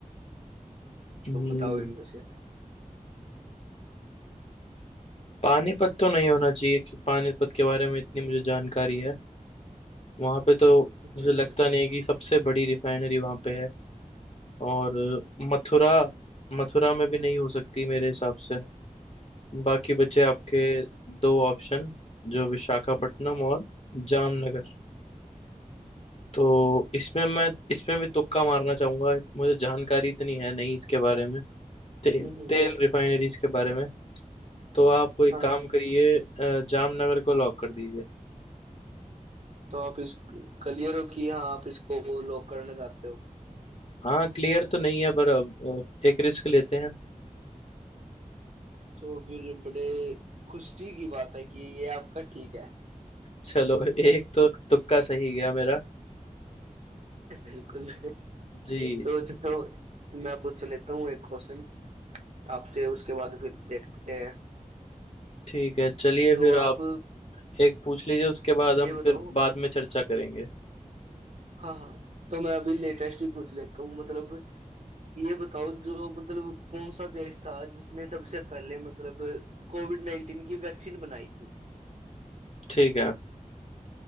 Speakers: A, on the left (about 50°); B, on the right (about 55°).
A: हम्म
B: तो बताओ इनमें से
A: पानीपत तो नहीं होना चाहिए कि पानीपत के बारे में इतनी मुझे जानकारी है वहाँ पे तो
B: अच्छा
A: मुझे
B: अच्छा
A: लगता नहीं है कि सबसे बड़ी रिफाइनरी वहाँ पे है और मथुरा मथुरा में भी नहीं हो सकती मेरे हिसाब से बाकी बचे आपके दो ऑप्शन जो विशाखापट्टनम और जामनगर तो इसमें मैं इसमें भी तुक्का मारना चाहूंगा मुझे जानकारी इतनी है नहीं इसके बारे में तेल
B: हम्म हम्म,
A: तेल रिफाइनरीज के बारे में तो आप एक
B: हाँ
A: काम
B: हाँ
A: करिए अ, जामनगर को लॉक कर दीजिए
B: तो आप इस क्लियर हो कि हाँ आप इसको लॉक करना चाहते हो
A: हाँ क्लियर तो नहीं है पर अब अब एक रिस्क लेते हैं
B: तो फिर बड़े खुशी की बात है कि ये आपका ठीक है
A: चलो <laughs> एक तो तुक्का सही गया मेरा
B: बिल्कुल
A: जी
B: तो चलो मैं पूछ लेता हूँ एक क्वेश्चन आपसे उसके बाद फिर देखते हैं
A: ठीक है चलिए
B: तो
A: फिर
B: आप
A: आप एक पूछ लीजिए उसके बाद हम
B: ये बताओ
A: फिर बाद में चर्चा करेंगे
B: हाँ हाँ तो मैं अभी लेटेस्ट ही पूछ लेता हूँ मतलब ये बताओ जो मतलब कौन सा देश था जिसने सबसे पहले मतलब कोविड नाइन्टीन की वैक्सीन बनाई थी
A: ठीक है